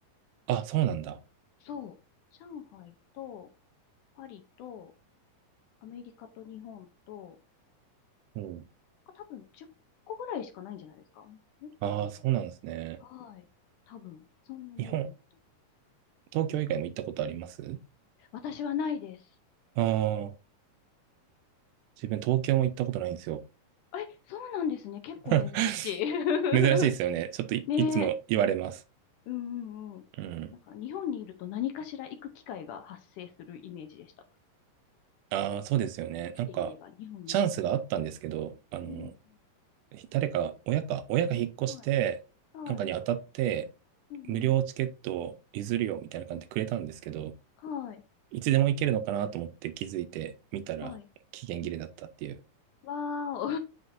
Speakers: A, on the right; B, on the left.
A: あ、そうなんだ。
B: そう。上海と、パリと、アメリカと日本と、
A: うん。
B: あ多分10個ぐらいしかないんじゃないですかもっとあるのか
A: ああ、そうなんですね。
B: なはい。多分、そんなに多くなっても。
A: 日本、東京以外も行ったことあります
B: 私はないです。
A: ああー、自分東京も行ったことないんですよ。
B: え、そうなんですね。結構珍しい。
A: <laughs>
B: <laughs>
A: 珍しいですよね。ちょっとい、
B: ねえ。
A: いつも言われます。
B: うんうんうん。
A: うん。
B: なんか日本にいると何かしら行く機会が発生するイメージでした。
A: ああ、そうですよね。
B: 生きていれば、
A: なんか、
B: 日本に生きていれ
A: チャンスがあったんですけど、あの、
B: ば。うん
A: 誰か、親か、親が引っ越して、
B: うん。はい。はい。
A: なんかに当たって、
B: うん
A: 無料チケットを譲るよみたいな感じでくれたんですけど、
B: うん。はい。
A: いつでも行けるのかなと思って気づいてみたら、
B: はい。
A: 期限切れだったっていう。
B: うん、わーお。